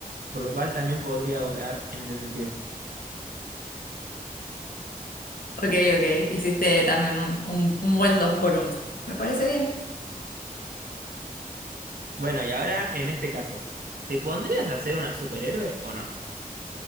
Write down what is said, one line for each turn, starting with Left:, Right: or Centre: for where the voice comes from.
Right: por lo cual también podría volar en ese sentido.
Left: Ok, ok, hiciste también un, un- un buen dos por uno. Me parece bien.
Right: Bueno, y ahora en este caso, ¿te pondrías a ser una superhéroe o no?